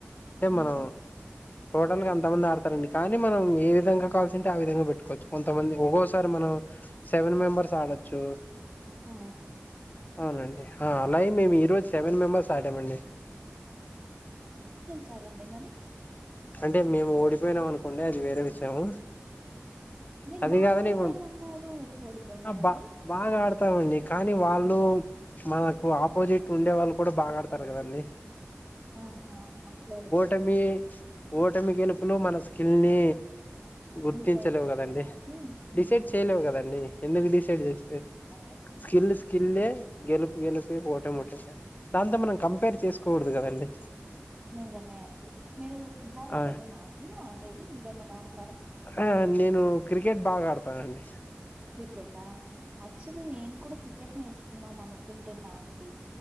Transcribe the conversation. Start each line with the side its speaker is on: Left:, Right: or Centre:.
Left: అంటే
Right: మ్మ్
Left: మనం టోటల్ గా అంత మంది ఆడతారండి కానీ మనం ఏ విధంగా కావాల్సి ఉంటే ఆ విధంగా పెట్టుకోవచ్చు కొంతమంది ఒక్కోసారి మనం సెవెన్ మెంబర్స్ ఆడొచ్చు
Right: ఆ
Left: అవునండి అలాగే మేము ఈ రోజు సెవెన్ మెంబెర్స్ ఆడామండి
Right: సారంండి మరి
Left: అంటే మేము ఓడిపోయినాం అనుకోండి అది వేరే విషయము
Right: మీరు
Left: అది
Right: బాగా
Left: కాదని
Right: ఆడతామన్నారు
Left: ఇప్పుడు
Right: ఎట్లా ఓడిపోయినారండి?
Left: బా బాగా ఆడతామండి కానీ వాళ్ళు మనకు ఆపోజిట్ ఉండే వాళ్ళు కూడా బాగాడతారు కదండి
Right: ఆహా అట్లా ఓడిపో
Left: టమి ఓటమి గెలుపులు మనసు స్కిల్ని గుర్తించలేవు
Right: డిసైడ్ చేయలేదా
Left: కదండి
Right: అండి? హుహు.
Left: డిసైడ్ చేయలేవు కదండడి ఎందుకు డిసైడ్ చేస్తే
Right: నిజమేనండి.
Left: స్కిల్ స్కిల్ గెలుపు గెలుపి ఒకటమూట దాంతో మనం కంపేర్ చేసుకోకూడదు కదండి
Right: నిజమే మీరు ఫుట్బాల్
Left: ఆ
Right: ఒకటే నా అండి ఆడేది మనడు
Left: ఆ నేను క్రికెట్ బాగా ఆడత ప్పండి
Right: క్రికెట్ ఆక్చులీ నేను కూడా క్రికెట్ నేర్చుకుందాం అనుకుంటున్నా అండి